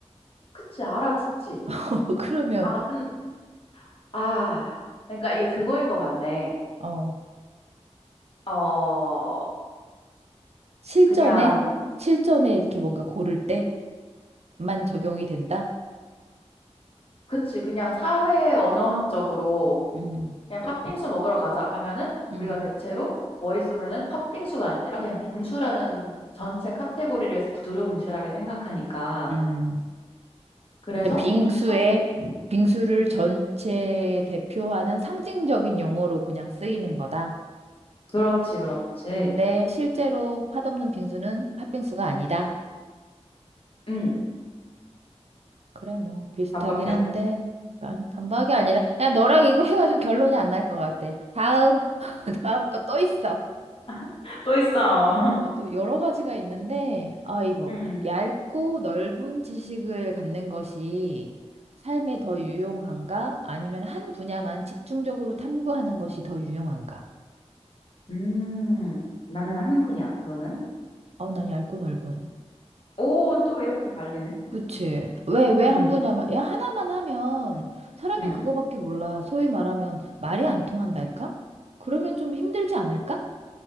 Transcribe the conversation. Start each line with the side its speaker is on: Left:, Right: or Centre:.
Left: 그치, 알아듣지.
Right: <laughs> 그러면
Left: 아, 근, 아. 그러니까 이게 그거인 것 같네.
Right: 어
Left: 어,
Right: 실전에
Left: 그냥
Right: 실전에 이렇게 뭔가 고를 때만 적용이 된다.
Left: 그치, 그냥 사회 언어학적으로
Right: 음,
Left: 그냥 팥빙수 먹으러 가자 하면은
Right: 음,
Left: 우리가 대체로 머릿속에는 팥빙수가 아니라 그냥 빙수라는 전체 카테고리를 두루뭉실하게 생각하니까.
Right: 음.
Left: 그래서
Right: 그러니까 빙수에
Left: 팥- 음,
Right: 빙수를 전체 대표하는 상징적인 용어로 그냥 쓰이는 거다.
Left: 그렇지, 그렇지.
Right: 근데 실제로 팥 없는 빙수는 팥빙수가 아니다.
Left: 음,
Right: 그래, 뭐, 비슷하긴
Left: 반박해봐.
Right: 한데, 아니, 반박이 아니라, 야, 너랑 이거 해가지고 결론이 안 날 것 같아. 다음, <laughs> 다음 거 또 있어.
Left: <laughs> 또 있어.
Right: 어, 또 여러 가지가 있는데, 아, 이거,
Left: 음,
Right: 얇고 넓은 지식을 갖는 것이 삶에 더 유용한가? 아니면 한 분야만 집중적으로 탐구하는 것이 더 유용한가?
Left: 음, 나는 한 분야. 너는?
Right: 어, 난 얇고 넓은.
Left: 오, 또 이렇게 갈리네.
Right: 그치. 왜, 왜 한
Left: 음,
Right: 분이 아마, 야, 하나만 하면 사람이
Left: 음,
Right: 그거밖에 몰라. 소위 말하면 말이 안 통한달까?
Left: 음.
Right: 그러면 좀 힘들지 않을까?